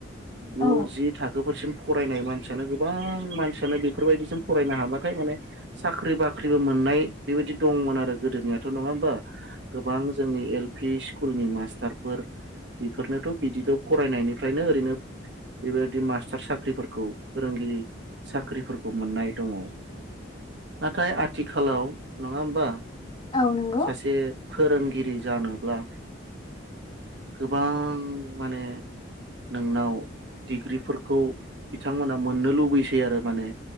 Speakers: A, on the right (about 60°); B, on the left (about 25°).
A: गु
B: औ
A: जि थाखोफोरसिम फरायनाय मानसियानो गोबां मानसियानो बेफोरबायदिसिम फरायनो हाबाथाय माने साख्रि बाख्रि साख्रिबो मोननाय बेबायदि दंमोन आरो गोदोनियाथ' नङा होमबा गोबां जोंनि एल पि स्कुलनि मास्टारफोर बेफोरनोथ' बिदिल' फरायनायनिफ्रायनो ओरैनो बेबायदि मास्टार साख्रिफोरखौ फोरोंगिरि साख्रिफोरखौ मोननाय दङ
B: <inaudible>
A: नाथाय आथिखालाव नङा होमबा
B: औ नंगौ
A: सासे फोरोंगिरि जानोब्ला गोबां माने नोंनाव डिग्रिफोरखौ बिथांमोना मोननो लुबैसै आरो माने